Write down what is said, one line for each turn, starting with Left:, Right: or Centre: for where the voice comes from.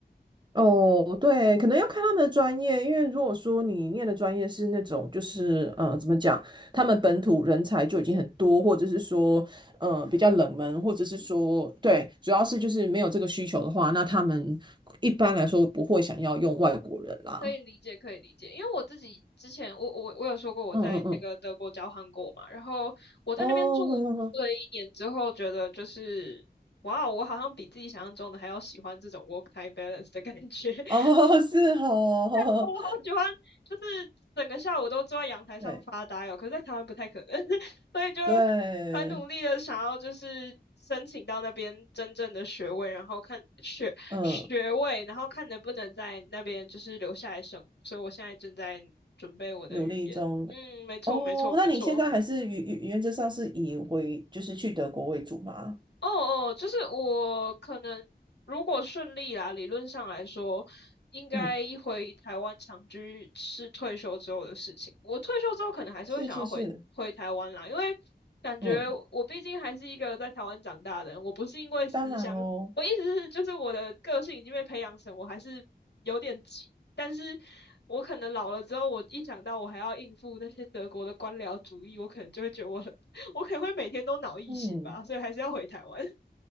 Right: 哦，对，可能要看他们的专业，因为如果说你念的专业是那种，就是呃，怎么讲，他们本土人才就已经很多，或者是说，呃，比较冷门，或者是说，对，主要是就是没有这个需求的话，那他们一般来说不会想要用外国人啦。
Left: 可以理解，可以理解，因为我自己之前，我我我有说过我在那个德国交换过嘛，
Right: 嗯嗯嗯，
Left: 然后我在那边住
Right: 哦，<laughs> 呵呵呵，
Left: 了一年之后，觉得就是，哇哦，我好像比自己想象中的还要喜欢这种 work-life balance 的感觉，<laughs>
Right: 哦，<laughs> 是哦，
Left: 我好喜欢，就是整个下午都坐在阳台上发呆哦。
Right: <laughs> 对
Left: 可是，在台湾不太可能，<laughs> 所以就
Right: 对，
Left: 很努力的想要就是申请到那边真正的学位，然后看学学位，
Right: 嗯，
Left: 然后看能不能在那边就是留下来生活。所以我现在正在准备我的语言。
Right: 努力中。
Left: 嗯，没错，
Right: 哦，
Left: 没错，
Right: 那你现在还是原原原则上是以回就是去德国为主吗？
Left: 没错。哦哦，就是我可能如果顺利啦，理论上来说，应该一回台湾长居是退休之后的事情。
Right: 嗯，
Left: 我退休之后可能还是会想要回回台湾啦，
Right: 是是是，
Left: 因为感觉我毕竟还是一个在台湾长大的人，
Right: 嗯，
Left: 我不是因为思乡，
Right: 当然喽，
Left: 我意思是就是我的个性已经被培养成我还是有点急，但是我可能老了之后，我一想到我还要应付那些德国的官僚主义，我可能就会觉得我很，<laughs> 我可能会每天都脑溢血吧，
Right: 嗯，
Left: 所以还是要回台湾。